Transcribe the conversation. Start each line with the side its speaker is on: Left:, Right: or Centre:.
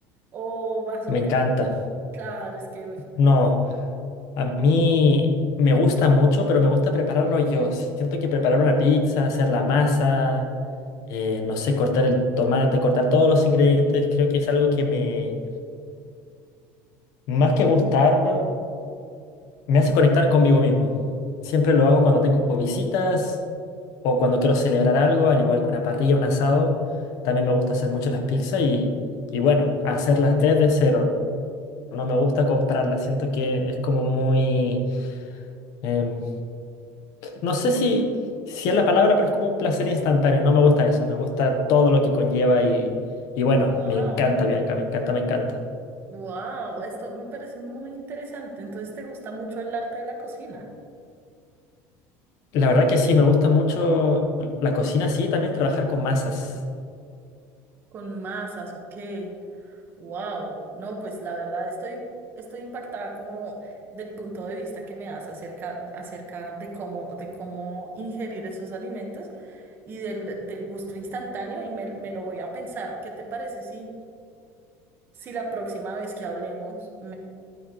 Right: O más
Left: me
Right: o menos.
Left: encanta.
Right: Claro, es que,
Left: No, a mí me gusta mucho, pero me gusta prepararlo yo. Siento que preparar una pizza, hacer la masa, eh, no sé, cortar el tomate, cortar todos los ingredientes, creo que es algo que me, más que gustar, me hace conectar conmigo mismo. Siempre lo hago cuando tengo visitas o cuando quiero celebrar algo, al igual que una parrilla, un asado. También me gusta hacer mucho las pizzas y, y bueno, hacerlas desde cero. No me gusta comprarla, siento que es como muy... em, no sé si, si es la palabra, pero es como un placer instantáneo. No me gusta eso, me gusta todo lo que conlleva y, y bueno,
Right: wow,
Left: me encanta Bianca, me encanta, me encanta.
Right: wow, esto me parece muy interesante. Entonces, ¿te gusta mucho el arte de la cocina?
Left: La verdad que sí, me gusta mucho la cocina, sí, también trabajar con masas.
Right: Con masas, ok. Wow, no, pues la verdad estoy, estoy impactada como del punto de vista que me das acerca, acerca de cómo, de cómo ingerir esos alimentos y del, del gusto instantáneo y me, me lo voy a pensar. ¿Qué te parece si, si la próxima vez que hablemos